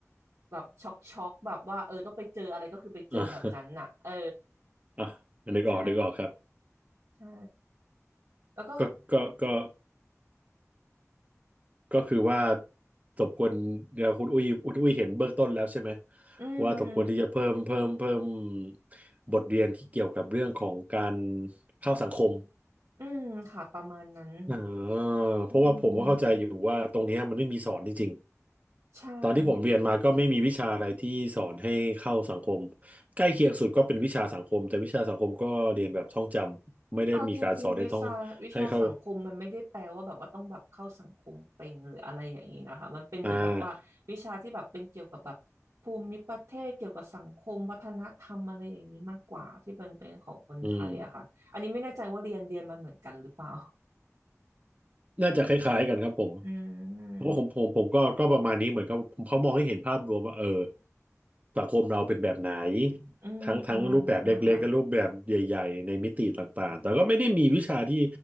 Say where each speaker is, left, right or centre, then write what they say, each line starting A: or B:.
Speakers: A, on the right; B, on the right.
A: แบบช็อกช็อกแบบว่าเออต้องไปเจออะไรก็คือไปเจอแบบนั้นน่ะเออ
B: อ่าอ่านึกออกนึกออกครับ
A: ใช่ใช่แล้วก็
B: ก็ก็ก็ก็คือว่าสมควรเดี๋ยวคุณอุ้ยคุณอุ้ยเห็นเบื้องต้นแล้วใช่ไหม
A: อืม
B: ว่าสมควรที่จะเพิ่มเพิ่มเพิ่มบทเรียนที่เกี่ยวกับเรื่องของการเข้าสังคม
A: อืมค่ะประมาณนั้น
B: อ่าเพราะว่าผมก็เข้าใจอยู่ว่าตรงเนี้ยมันไม่มีสอนจริง
A: อืม
B: ๆตอนที่ผมเรียนมาก็ไม่มีวิชาอะไรที่สอนให้เข้าสังคม
A: ใช่
B: ใกล้เคียงสุดก็เป็นวิชาสังคมแต่วิชาสังคมก็เรียนแบบท่องจำไม่ได้มีการสอนให้ท่องให้เข้า
A: เอาจริงๆวิชาวิชาสังคมมันไม่ได้แปลว่าแบบว่าต้องแบบเข้าสังคมเป็นหรืออะไรอย่างนี้นะคะมันเป็นเหมือนแบบว่าวิชาที่แบบเป็นเกี่ยวกับแบบภูมิประเทศเกี่ยวกับสังคมวัฒนธรรมอะไรอย่างนี้มากกว่าที่เป็นเป็นของคนไทยอะค่ะอันนี้ไม่แน่ใจว่าเรียนเรียนมาเหมือนกันหรือเปล่า
B: อ่าอืม น่าจะคล้ายๆกันครับผม
A: อืม
B: เพราะผมผมผมก็ก็ประมาณนี้เหมือนกับเขามองให้เห็นภาพรวมว่าเออสังคมเราเป็นแบบไหน
A: อืมประมาณนั้นนะคะ
B: ทั้งทั้งรูปแบบเล็กๆและรูปแบบใหญ่ๆในมิติต่างๆแต่ก็ไม่ได้มีวิชาที่